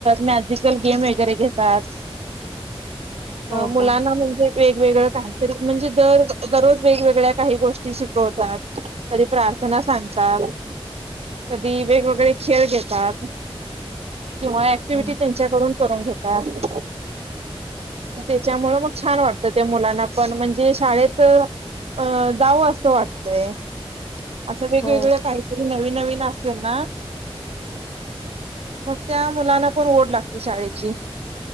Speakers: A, on the right (about 85°); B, on the left (about 40°).
A: मॅजिकल गेम वगैरे घेत तात
B: हो
A: मुलांना
B: का?
A: म्हणजे वेगवेगळं काहीतरी म्हणजे दर दररोज वेगवेगळ्या काही गोष्टी शिकवतात. कधी प्रार र्थना सांगतात. कधी वेगवेगळे खेळ घेतात किंवा ऍक्टिव्हटी
B: हं.
A: त्यांच्याकडून करून घेेतात. त्याच्यामुळे मग छान वाटतं त्या मुलांना पण म्हणजे शाळेत अ जाव असं वाटतय. असं वेगवेगळं
B: हो.
A: काहीतरी नवीन नवीन असेल ना मग त्या मुलांना पण ओढ लागते शाळेची.